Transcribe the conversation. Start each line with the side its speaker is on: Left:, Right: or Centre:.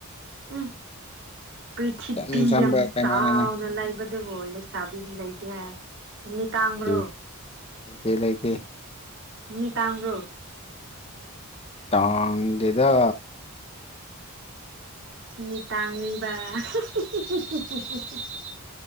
Right: ꯎꯝ ꯄ꯭ꯔꯤꯊꯤꯕꯤ
Left: ꯏꯆꯝ ꯆꯝꯕ
Right: ꯌꯥꯝ
Left: ꯀꯩꯅꯣꯅꯤꯅꯦ
Right: ꯆꯥꯎꯅ ꯂꯩꯥꯕ ꯑꯗꯨꯕꯨ ꯂꯩꯁꯥꯕꯤ ꯂꯩꯇꯦ ꯍꯥꯏ ꯅꯃꯤꯠ ꯇꯥꯡꯕ꯭ꯔꯣ
Left: ꯂꯩꯇꯦ ꯂꯩꯇꯦ ꯂꯩꯇꯦ
Right: ꯃꯤꯠ ꯇꯥꯡꯕ꯭ꯔ‌ꯣ
Left: ꯇꯥꯡꯗ‌ꯦꯗ
Right: ꯅꯃꯨꯠ ꯇꯥꯡꯂꯤꯕ ꯍꯨꯝ ꯍꯨꯝ ꯍꯨꯝ